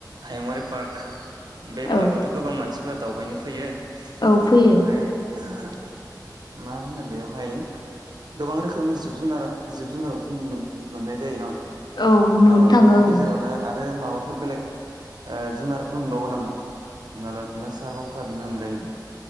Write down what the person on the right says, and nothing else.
हायुंआरि पार्क बे
पार्कआवथ' गोबां मानसिफोर दावबायनो फैयो
ओ
बेनिफ्राय <unintelligible> मा होनो बेवहाय गोबां रोखोमनि जिब जुनार जिब जुनार बोथ' मोन-मोननाय जायो न?
ओ
बिनि गेजेरावनो
आ रो माबाफोर बेलेग ओ जुनारफोर मोनबावो नामा हमना ला मोसा लख्रा बेनि अनगायैबो?